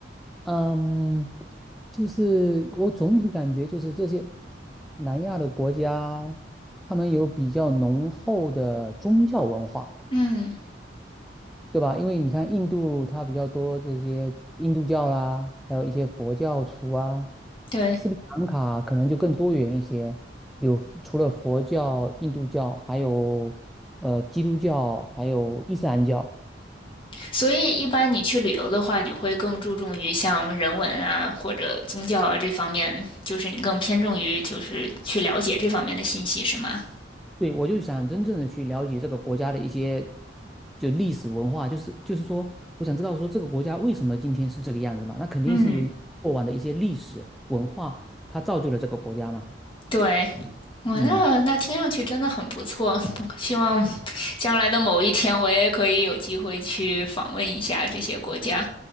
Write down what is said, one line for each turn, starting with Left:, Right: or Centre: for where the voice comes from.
Centre: 嗯，就是我总体感觉就是这些南亚的国家，他们有比较浓厚的宗教文化，
Left: 嗯，
Centre: 对吧？因为你看印度它比较多这些印度教啦，还有一些佛教徒啊，
Left: 对，
Centre: 斯里兰卡可能就更多元一些，有除了佛教、印度教，还有呃基督教，还有伊斯兰教。
Left: 所以一般你去旅游的话，你会更注重于像人文啊或者宗教啊这方面，就是你更偏重于就是去了解这方面的信息，是吗？
Centre: 对，我就想真正的去了解这个国家的一些就历史文化，就是就是说，我想知道说这个国家为什么今天是这个样子嘛？那肯定是由于过往的一些历史文化，
Left: 嗯，
Centre: 它造就了这个国家嘛。
Left: 对，我那那听上去真的很不错，
Centre: 嗯
Left: <laughs> 我希望将来的某一天我也可以有机会去访问一下这些国家。